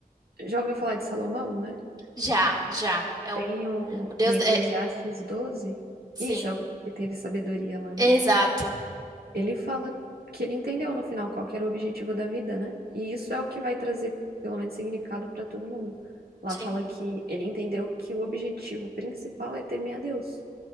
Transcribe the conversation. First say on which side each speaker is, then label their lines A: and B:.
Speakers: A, on the right (about 80°); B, on the right (about 25°).
A: já ouviu falar de Salomão, né?
B: Já, já. É
A: Tem
B: o,
A: o
B: o Deus.
A: em Eclesiastes
B: É,
A: doze.
B: sim,
A: Isso é o que teve sabedoria lá,
B: exato.
A: né? Ele fala que ele entendeu no final qual que era o objetivo da vida, né? E isso é o que vai trazer, pelo menos, significado para todo mundo. Lá
B: Sim.
A: fala que ele entendeu que o objetivo principal é temer a Deus